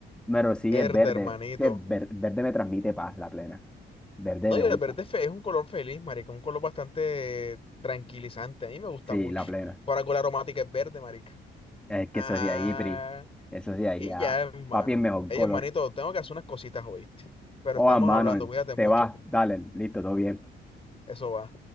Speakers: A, in the centre; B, on the left.
A: Pero sí
B: <laughs> Verde,
A: es verde.
B: hermanito.
A: Que ver- verde me transmite paz, la plena. Verde
B: No,
A: me
B: y el
A: gusta.
B: verde fe- es un color feliz, marica, un color bastante tranquilizante. A mí me gusta
A: Sí,
B: mucho.
A: la plena.
B: Por algo la aromática es verde, marica.
A: Es que
B: Ajá.
A: eso es de ahí, Pri. Eso es de ahí.
B: Y
A: ah.
B: ya, hermano.
A: Papi es mejor
B: Ey,
A: color.
B: hermanito, tengo que hacer unas cositas, ¿oíste? Pero
A: o
B: estamos
A: a mano,
B: hablando, cuídate
A: te
B: mucho.
A: vas, dale, listo, todo bien.
B: Eso va.